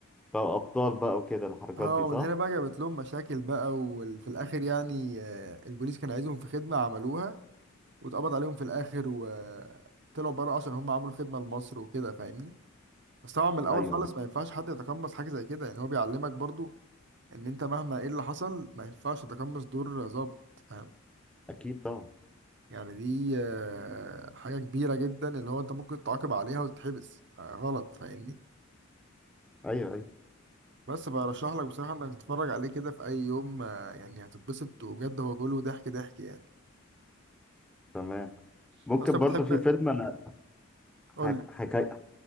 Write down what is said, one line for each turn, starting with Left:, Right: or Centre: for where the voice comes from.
Centre: بقى ابطال بقى وكده الحركات
Right: اه
Centre: دي
Right: ومن
Centre: صح
Right: هنا بقى جابت لهم مشاكل بقى وفي الاخر يعني آه، البوليس كان عايزهم في خدمه عملوها واتقبض عليهم في الاخر وطلعوا بره عشان هم عملوا خدمه لمصر وكده فاهمني بس طبعا من الاول
Centre: ايوه
Right: خالص
Centre: ايوه
Right: ما ينفعش حد يتقمص حاجه زي كده يعني هو بيعلمك برضو ان انت مهما ايه اللي حصل ما ينفعش تتقمص دور ظابط فاهم
Centre: اكيد طبعا
Right: يعني دي آه، حاجه كبيره جدا اللي هو انت ممكن تعاقب عليها وتتحبس آه، غلط فاهمني
Centre: ايوه ايوه
Right: بس برشح لك بصراحه انك تتفرج عليه كده في اي يوم آه، يعني هتتبسط وبجد هو كله ضحك ضحك يعني
Centre: تمام ممكن
Right: أنت اصلا
Centre: برضو
Right: بتحب
Centre: في فيلم انا
Right: قول
Centre: حك...
Right: لي
Centre: حكاية